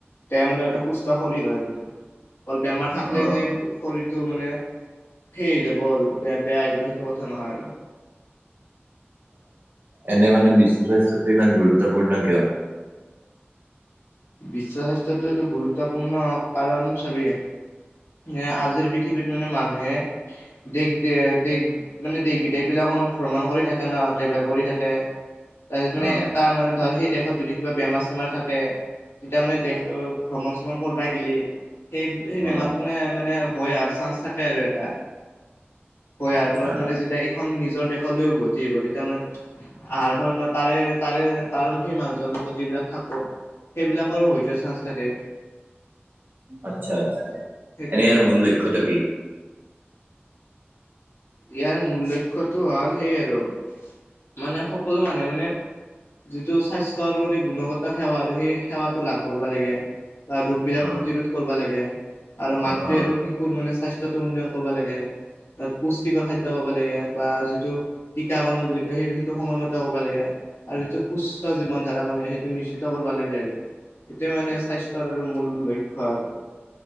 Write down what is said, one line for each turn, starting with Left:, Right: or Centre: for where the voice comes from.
Left: তাই মানে এটা সুস্থ শৰীৰ হয় আৰু <unintelligible> অল বেমাৰ
Right: অ
Left: থাকলে
Right: অ
Left: যে শৰীৰটো মানে সেই হৈ যাব গল বেয়া বেয়া যাব সেইটো কথা নহয় আৰু
Right: এনে মানে বিশ্ব স্বাস্থ্যটো ইমান গুৰুত্বপূৰ্ণ কিয়
Left: বিশ্ব স্বাস্থ্যটো এইটো গুৰুত্বপূৰ্ণ কাৰণ চবেই এ আজিৰ পৃথিৱীত মানে মানুহে দেশ দেশ মানে দেশ বিদেশ বিলাক ভ্ৰমণ কৰি থাকে ন ট্ৰেভেল কৰি থাকে তাৰছত মানে
Right: অ
Left: এটা মানে ধৰ সেই দে যদি কিবা বেমাৰ চেমাৰ থাকে তেতিয়া মানে দেশ ভ্ৰমণ চ্ৰমণ কৰবাই গলে সেই সেই
Right: অ
Left: বেমাৰটো মানে মানে হৈ অহাৰ চান্স থাকে আৰু এটা হয় ইয়াৰ
Right: আচ্ছা
Left: ফলত মানে যেতিয়া এইখন নি নিজৰ দেশলৈ উভতি আহিব তেতিয়া মানে আহাৰ ফলত মানে তাৰে তাৰে তাৰ সেই মানুহ লগত যি সেইবিলাকৰ হৈ যোৱাৰ চান্স থাকে
Right: আচ্ছা আচ্ছা
Left: সেইটো
Right: এনে ইয়াৰ
Left: এটা
Right: মূল
Left: মানে
Right: লক্ষ্যটো কি
Left: ইয়াৰ মূল লক্ষ্যটো হ'ল সেই আৰু মানে সকলো মানুহ মানে যিটো স্বাস্থ্যৰ মানে গুণগত সেৱা আৰু সেই সেৱাটো লাভ কৰিব লাগে বা ৰোগ বিলাক
Right: অ
Left: প্ৰতিৰোধ কৰিব লাগে। আৰু মাতৃ
Right: অ অ
Left: আৰু শিশুৰ মানে স্বাস্থ্যতো উন্নয়ন কৰিব লাগে ত পুষ্টিকৰ খাদ্য খাব লাগে। বা যিটো টিকাকৰণ বুলি কয় সেইটো সময়মতে কৰিব লাগে আৰু যিটো সুস্থ জীৱন ধাৰা মান সেইটো নিশ্চিত কৰিব লাগে আৰু। এটোয়ে মানে স্বাস্থ্যৰ আৰু মূল লক্ষ্য আৰু